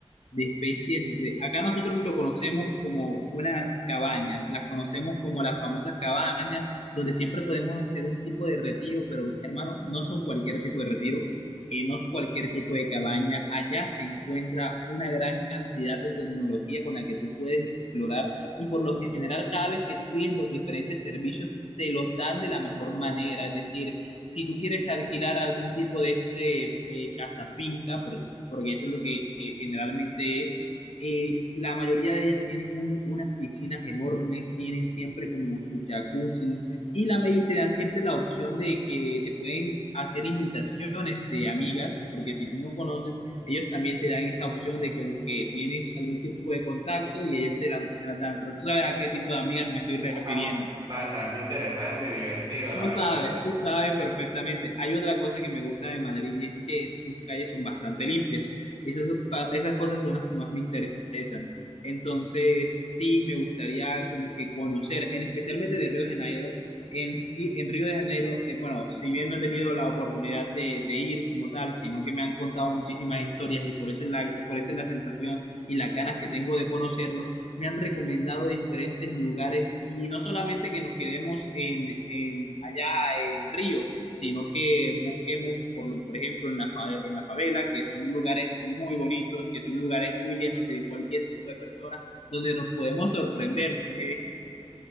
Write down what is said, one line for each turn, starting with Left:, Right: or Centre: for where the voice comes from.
Left: de especie de... Acá nosotros lo conocemos como unas cabañas, las conocemos como las famosas cabañas, donde siempre podemos hacer un tipo de retiro, pero hermano, no son cualquier tipo de retiro, eh, no es cualquier tipo de cabaña. Allá se encuentra una gran cantidad de tecnología con la que tú puedes explorar y por lo general cada vez que tú pides los diferentes servicios te los dan de la mejor manera, es decir, si tú quieres alquilar algún tipo de este eh, casa finca, por porque eso es lo que eh, generalmente es, es, la mayoría de ellas tienen un- unas piscinas enormes, tienen siempre como sus jacuzzi y, la, y te dan siempre la opción de que te pueden hacer invitaciones de amigas, porque si tú no conoces, ellos también te dan esa opción de como que tienes algún tipo de contacto y ellos te la, te la dan, pero tú sabes a qué tipo de amigas me estoy refiriendo.
Right: <laughs> Bastante interesante y divertido,
Left: Tú
Right: la
Left: sabes,
Right: verdad.
Left: tú sabes perfectamente. Hay otra cosa que me gusta de Madrid y es que sus calles son bastante limpias. Esas, ca- esas cosas son las que más me interesan. Entonces, sí me gustaría como que conocer, en, especialmente de Río de Janeiro. En, Gi- en Río de Janeiro, eh, bueno, si bien no he tenido la oportunidad de, de ir como tal, sino que me han contado muchísimas historias y por eso es la, por eso es la sensación y las ganas que tengo de conocerlo me han recomendado diferentes lugares y no solamente que nos quedemos en, en allá en Río, sino que busquemos, por, lo- por ejemplo, en la, fa- en la favela, que son lugares muy bonitos, que son lugares muy llenos de cualquier tipo de personas, donde nos podemos sorprender. Eh,